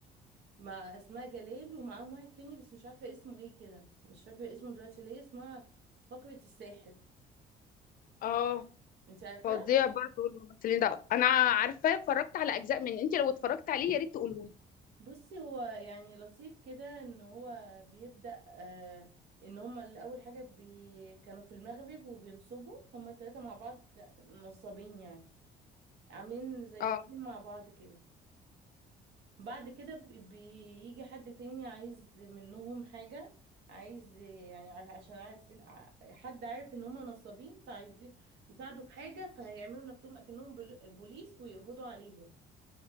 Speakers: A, on the right; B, on the left.
A: مع اسماء جلال ومعاهم واحد تاني بس مش عارفه اسمه ايه كده مش فاكره اسمه دلوقتي ليه اسمها فقرة الساحر
B: اه
A: انت عارفه
B: فظيع برضو الممثلين ده انا عارفه اتفرجت على اجزاء من انت لو اتفرجت عليه يا ريت تقولهولي
A: بصي هو يعني لطيف كده ان هو بيبدأ آه ان هما الاول حاجة بي كانوا في المغرب وبينصبوا هما التلاتة مع بعض نصابين يعني عاملين زي
B: اه
A: التيم مع بعض كده بعد كده بي- بيجي حد تاني عايز منهم حاجة عايز يعني ع- عشان عارفين ع- حد عارف ان هما نصابين فعايزين يساعدوا في حاجة فهيعملوا نفسهم اكنهم بل- بوليس ويقبضوا عليهم